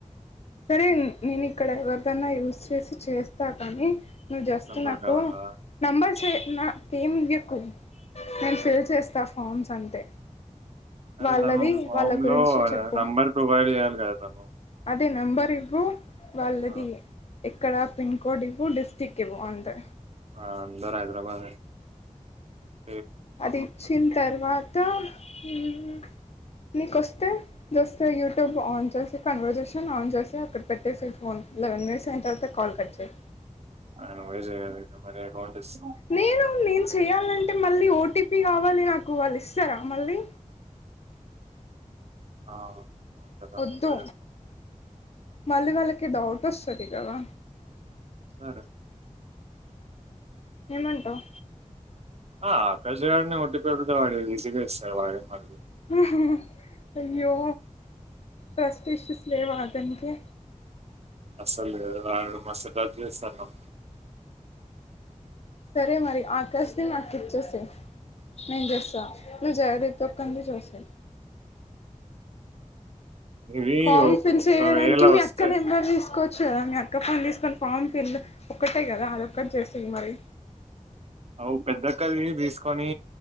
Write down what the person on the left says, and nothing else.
సరే నేనిక్కడ ఎవరిదైనా యూస్ చేసి చేస్తా కాని నువ్వు జస్ట్
నాకు
నంబర్ చే నా కేమ్ ఇయ్యకు నేను
ఫిల్ చేస్తా ఫార్మ్స్ అంతే
వాళ్ళది
వాళ్ళ గురించి
చెప్పు
తే నంబర్ ఇవ్వు వాళ్ళది
ఎక్కడ పిన్ కోడ్ ఇవు డిస్టిక్ ఇవ్వు అంతే
అది ఇచ్చిన్ తర్వాత ఉమ్ నీ కొస్తే జస్ట్ యూట్యూబ్ ఆన్ చేసి కన్వర్సేషన్ ఆన్ చేసి అక్కడ పెట్టేసెయ్ ఫోన్ లెవెన్ మినిట్స్ అయిన తర్వాత కాల్ కట్చెయ్
లేదు నేను చెయాలంటే మళ్ళీ ఓటీపీ కావాలి నాకు వాళ్ళు ఇస్తరా మళ్ళీ
వద్దు
మళ్ళీ వాళ్ళకి డౌట్ వస్తది కదా
ఏమంటవ్
ఉమ్ హ్ అయ్యో ట్రస్ట్ ఇష్యూస్ లేవా అతనికి
సరే మరి ఆకాష్ ని నాకు ఇచ్చేసేయ్ నేను చేస్తా నువ్వు జగే తొక్కంది చూస్తాయి
ఫామ్
ఫిల్ చేయడానికి మీ
అక్క నెంబర్ తీసుకో చ్చు కదా మీ అక్క ఫోన్ తీసుకొని ఫామ్ ఫిల్ ఒక్కటే కదా అదొక్కటి చేసేయ్ మరి